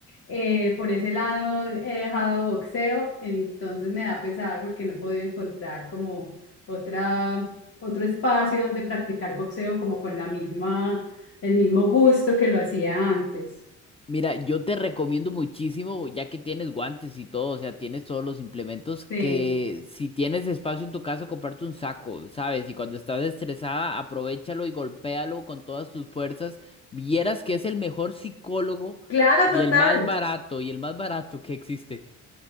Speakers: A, on the left; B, on the left.
A: eh, por ese lado he dejado boxeo, entonces me da pesar porque no he podido encontrar como otra, otro espacio donde practicar boxeo como con la misma, el mismo gusto que lo hacía antes.
B: Mira, yo te recomiendo muchísimo, ya que tienes guantes y todo, o sea, tienes todos los implementos,
A: Sí,
B: que si tienes espacio en tu casa, comparte un saco, ¿sabes? Y cuando estás estresada, aprovéchalo y golpéalo con todas tus fuerzas. Vieras que es el mejor psicólogo
A: claro, total.
B: y el más barato, y el más barato que existe.